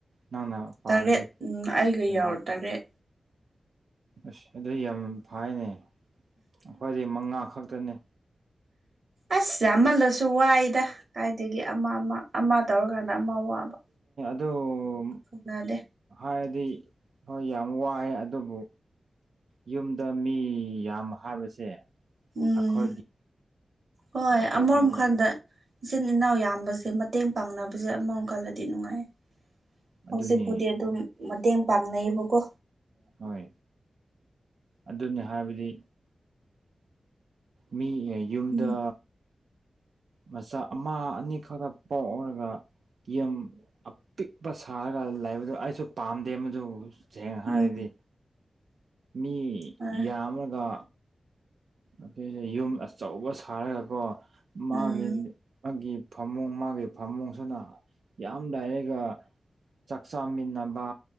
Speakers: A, on the right; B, on the right.
A: ꯅꯪꯅ ꯄꯥꯔꯗꯤ
B: ꯇꯔꯦꯠ ꯎꯝ ꯑꯩꯒ
A: ꯐꯔꯦ
B: ꯌꯥꯎꯔ ꯇꯔꯦꯠ
A: ꯑꯁ ꯑꯗꯨ ꯌꯥꯝ ꯐꯥꯏꯅꯦ ꯑꯩꯈꯣꯏꯗꯤ ꯃꯉꯥ ꯈꯛꯇꯅꯦ
B: ꯑꯁꯁꯦ ꯑꯃꯜꯂꯁꯨ ꯋꯥꯏꯗ ꯀꯥꯏꯗꯒꯤ ꯑꯃ ꯑꯃ ꯑꯃ ꯇꯧꯔꯀꯥꯟꯗ ꯃ ꯋꯥꯕ
A: ꯑꯗꯨꯣ
B: ꯐꯅꯥꯗꯦ
A: ꯍꯥꯏꯔꯗꯤ ꯍꯣꯏ ꯌꯥꯝ ꯋꯥꯏꯑꯦ ꯑꯗꯨꯕꯨ ꯌꯨꯝꯗ ꯃꯤ ꯌꯥꯝ ꯍꯥꯏꯕꯁꯦ
B: ꯎꯝ
A: ꯑꯈꯣꯏꯒꯤ
B: ꯍꯣꯏ
A: ꯑꯈꯣꯏꯒꯤꯔꯤ
B: ꯑꯃꯔꯣꯝ ꯀꯥꯟꯗ ꯏꯆꯤꯟ ꯏꯅꯥꯎ ꯌꯥꯝꯕꯁꯦ ꯃꯇꯦꯡ ꯄꯥꯡꯅꯕꯁꯦ ꯑꯃꯃꯝꯀꯜꯂꯗꯤ ꯅꯨꯡꯉꯥꯏ ꯍꯧꯖꯤꯛꯄꯨꯗꯤ
A: ꯑꯗꯨꯅꯤ
B: ꯑꯗꯨꯝ ꯃꯇꯦꯡ ꯄꯥꯡꯅꯩꯌꯦꯕꯀꯣ
A: ꯍꯣꯏ ꯑꯗꯨꯅꯤ ꯍꯥꯏꯕꯗꯤ ꯃꯤ ꯌꯨꯝꯗ
B: ꯎꯝ
A: ꯃꯆꯥ ꯑꯃ ꯑꯅꯤ ꯈꯛꯇ ꯄꯣꯛꯎꯔꯒ ꯌꯦ ꯄꯤꯛꯄ ꯁꯥꯔꯒ ꯂꯩꯕꯗꯨ ꯑꯩꯁꯨ ꯄꯥꯝꯗꯦ ꯃꯗꯨ ꯁꯦꯡ ꯍꯥꯏꯔꯗꯤ
B: ꯎꯝ
A: ꯃꯤ
B: ꯍꯣꯏ
A: ꯌꯥꯝꯃꯒ ꯑꯇꯩꯁ ꯌꯨꯝ ꯑꯆꯧꯕ ꯁꯥꯔꯒꯀꯣ ꯃꯥꯒꯤ
B: ꯎꯝ
A: ꯃꯥꯒꯤ ꯐꯃꯨꯡ ꯃꯥꯒꯤ ꯐꯃꯨꯡꯁꯤꯅ ꯌꯥꯝ ꯂꯥꯏꯔꯒ ꯆꯥꯛ ꯆꯥꯃꯤꯟꯅꯕ